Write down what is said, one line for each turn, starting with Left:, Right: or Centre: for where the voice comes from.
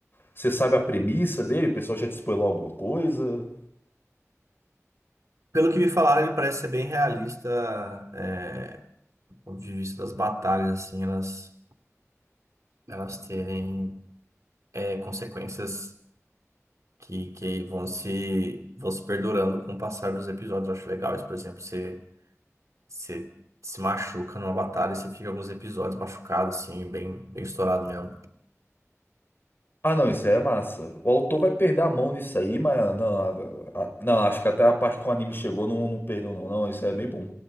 Left: Você sabe a premissa dele, o pessoal já te spoilou alguma coisa.
Right: Pelo que me falaram, ele parece ser bem realista, é, do ponto de vista das batalhas, assim, elas, elas terem é, consequências que, que vão se, vão se perdurando com o passar dos episódios. Eu acho legal isso, por exemplo, você, você se machuca numa batalha e você fica alguns episódios machucado, assim, bem, bem estourado mesmo.
Left: Ah, não, isso aí é massa. O autor vai perder a mão nisso aí, mas não, a- a- não, acho que até a parte que o anime chegou não, não perdeu, não. Não, isso aí é meio bom.